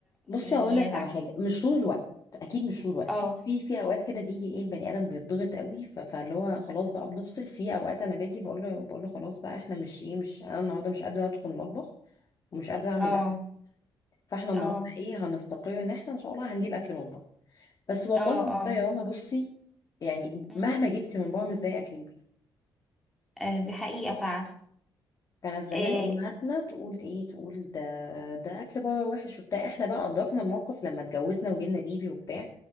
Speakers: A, in the centre; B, on the left.
A: يعني
B: بصي هقول لك
A: تع...
B: على حاجه مش طول الوقت اكيد مش طول الوقت
A: اه
B: في في في اوقات كده بيجي ايه البني ادم بيتضغط قوي ف- فاللي هو خلاص بقى بنفصل في اوقات انا باجي بقول له بقول له خلاص بقى احنا مش ايه مش انا النهارده مش قادره ادخل المطبخ ومش قادره اعمل
A: اه
B: اكل فاحنا النهارده
A: اه
B: ايه هنستقر ان احنا ان شاء الله هنجيب اكل من بره بس والله
A: اه
B: والله
A: اه
B: يا رنا بصي يعني
A: أمم.
B: مهما جبت من بره مش زي اكل البيت
A: آه، دي حقيقة فعلا
B: كانت زمان
A: اه
B: امهاتنا تقول ايه تقول ده ده اكل بره وحش وبتاع احنا بقى ادركنا الموقف لما اتجوزنا وجبنا بيبي وبتاع